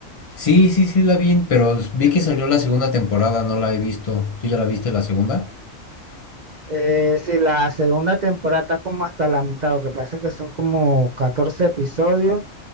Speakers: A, on the left; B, on the right.
A: Sí, sí, sí la vi, pero vi que salió la segunda temporada, no la he visto. ¿Tú ya la viste la segunda?
B: Eh, sí, la segunda temporada está como hasta la mitad, lo que pasa es que son como 14 episodios